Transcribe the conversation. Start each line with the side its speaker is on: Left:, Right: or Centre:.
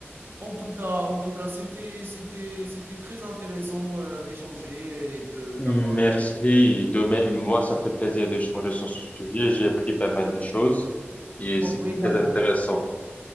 Right: En tout cas, en tout cas, c'était, c'était, c'était très intéressant euh, d'échanger et de,
Left: Merci.
Right: d'avoir une idée.
Left: De même, moi, ça me fait plaisir d'échanger sur ce sujet. J'ai appris pas mal de choses et
Right: Moi
Left: c'était
Right: moi également,
Left: très intéressant.